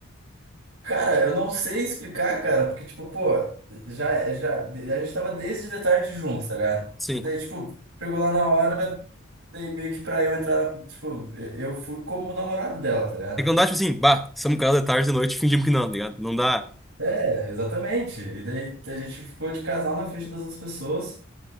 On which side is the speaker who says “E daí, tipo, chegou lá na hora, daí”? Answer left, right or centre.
Right